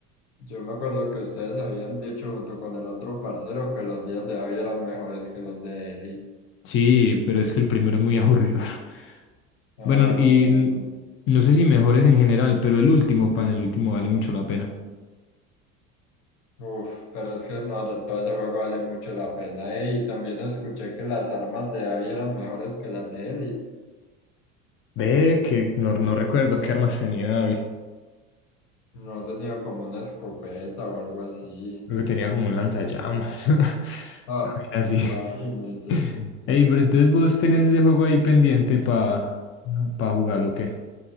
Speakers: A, on the left (about 75°); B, on the left (about 35°).
A: Yo me acuerdo que ustedes habían dicho junto con el otro parcero que los días de Abby eran mejores que los de Ellie.
B: Sí, pero es que el primero es muy aburridor. <laughs>
A: Ah,
B: Bueno, y
A: con razón.
B: n- no sé si mejores en general, pero el último, pan, el último vale mucho la pena.
A: Uf, pero es que no, yo- todo ese juego vale mucho la pena. eh, y también escuché que las armas de Abby eran mejores que las de Eli.
B: Ve que no, no recuerdo qué armas tenía Abby.
A: No tenía como una escopeta o algo así.
B: Creo que tenía como un lanzallamas. <laughs> Una
A: Ah,
B: vaina Así.
A: imagínense.
B: <laughs> Ey, pero entonces vos tenés ese juego ahí pendiente para pa pa jugarlo, ¿o qué?